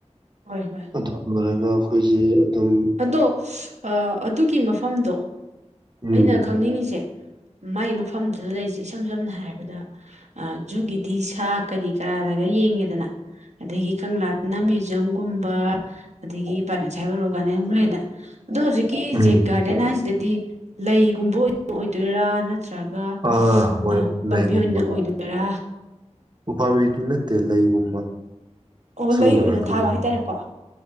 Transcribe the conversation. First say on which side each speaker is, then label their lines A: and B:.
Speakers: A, on the right (about 70°); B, on the right (about 40°).
A: ꯍꯣꯏ ꯍꯣꯏ
B: ꯑꯦ ꯑꯩꯈꯣꯏꯁꯦ ꯑꯗꯨꯝ
A: ꯑꯗꯣ ꯑꯗꯨꯒꯤ ꯃꯐꯝ ꯃꯐꯝꯗ
B: ꯎꯝ
A: ꯑꯩꯅ ꯈꯪꯅꯤꯡꯉꯤꯁꯦ ꯃꯥꯏ ꯃꯐꯝꯗꯨꯗ ꯂꯩꯔꯤꯁꯦ ꯏꯁꯝ ꯁꯝꯅ ꯍꯥꯏꯔꯕꯗ ꯖꯨꯒꯤꯗꯤ ꯁꯥ ꯀꯔꯤ ꯀꯔꯥ ꯂꯩꯒ ꯌꯦꯡꯉꯦꯗꯅ ꯑꯗꯒꯤ ꯀꯪꯂꯥ ꯅꯝꯃꯤ ꯆꯝ ꯀꯨꯝꯕ ꯑꯗꯒꯤ ꯕꯥꯏꯅꯣꯁ ꯍꯥꯏꯕ ꯑꯣꯏꯔꯣ ꯂꯩ ꯑꯗꯣ ꯍꯧꯖꯤꯛꯀꯤ
B: ꯎꯝ
A: ꯖꯤꯠ ꯒꯥꯔꯗ ꯍꯥꯏꯁꯤ ꯍꯥꯏꯗꯤ ꯂꯩꯒꯨꯝꯕ ꯑꯣꯏꯗꯣꯏꯔꯥ ꯅ ꯅꯠꯇ꯭ꯔꯒ
B: ꯑꯥ ꯍꯣꯏ
A: ꯎ ꯄꯥꯝꯕꯤ
B: ꯂꯩꯒꯨꯝꯕ
A: ꯑꯣꯏꯅ ꯑꯣꯏꯗꯣꯏꯔꯥ
B: ꯎꯄꯥꯝꯕꯤꯗꯨ ꯅꯠꯇꯦ ꯂꯩꯒꯨꯝꯕ
A: ꯑꯣ
B: ꯁꯤꯒꯨꯝꯕ
A: ꯂꯩ ꯑꯣꯏꯅ
B: ꯉꯥꯛꯇ
A: ꯊꯥꯕ
B: ꯑꯣꯏꯗꯣꯏꯅꯦ
A: ꯍꯥꯏꯇꯥꯔꯦꯀꯣ